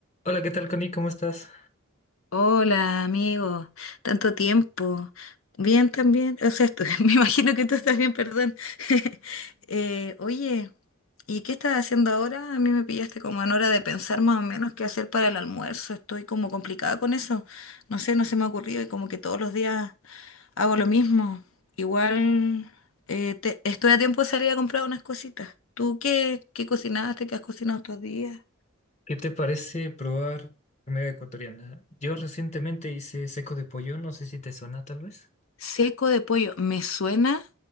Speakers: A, on the left (about 35°); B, on the left (about 65°).
A: Hola, ¿qué tal, Connie? ¿Cómo estás?
B: Hola, amigo. Tanto tiempo. Bien también. O sea, estu- <laughs> me imagino que tú estás bien, perdón. <laughs> Eh, oye, ¿y qué estás haciendo ahora? A mí me pillaste como en hora de pensar más o menos qué hacer para el almuerzo. Estoy como complicada con eso. No sé, no se me ha ocurrido y como que todos los días hago lo mismo. Igual eh, te- estoy a tiempo de salir a comprar unas cositas. ¿Tú qué, qué cocinaste? ¿Qué has cocinado estos días?
A: ¿Qué te parece probar comida ecuatoriana? Yo recientemente hice seco de pollo, no sé si te suena tal vez.
B: Seco de pollo. Me suena,